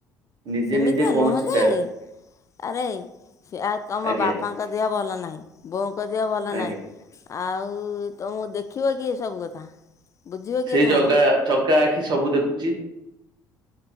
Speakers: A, on the right; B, on the left.
A: ନିଜେ
B: ସେମିତିଆ
A: ନିଜେ କୌଣସି
B: ନୁହଁ ଯେ
A: କା
B: ଆରେ ସେ ତମ
A: ଆଜ୍ଞା
B: ବାପାଙ୍କ ଦେହ ଭଲ ନାହିଁ ବୋଉଙ୍କ ଦେହ ଭଲ
A: ଆଜ୍ଞା
B: ନାହିଁ ଆଉ ତମକୁ ଦେଖିବ କିଏ ସବୁ କଥା। ବୁଝିବ କିଏ
A: ସେଇ
B: ତୁମର
A: ଜଗା ଚକା ଆଖି ସବୁ ଦେଖୁଛି।